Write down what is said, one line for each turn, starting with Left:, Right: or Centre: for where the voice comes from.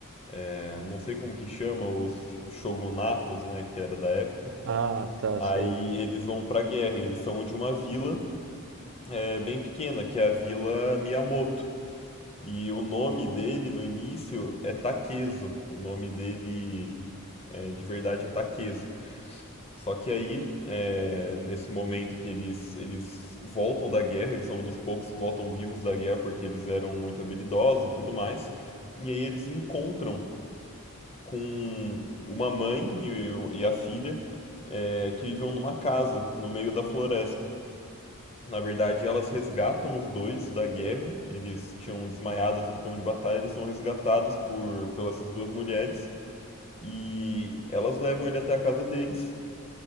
Left: é, não sei como que chama, os shogunatos, né? Que era da época.
Right: Ah, tá,
Left: Aí
Right: sei.
Left: eles vão pra guerra, e eles são de uma vila é, bem pequena, que é a Vila Miyamoto. E o nome dele no início é Takeso. O nome dele é, de verdade ataqueso. Só que aí, é, nesse momento que eles, eles voltam da guerra, eles são um dos poucos que voltam vivos da guerra porque eles eram muito habilidosos e tudo mais. E aí eles encontram com uma mãe e, e a filha é, que viviam numa casa no meio da floresta. Na verdade, elas resgatam os dois da guerra. Eles tinham desmaiado assim, no campo de batalha. Eles são resgatados por pelas essas duas mulheres e elas levam ele até a casa deles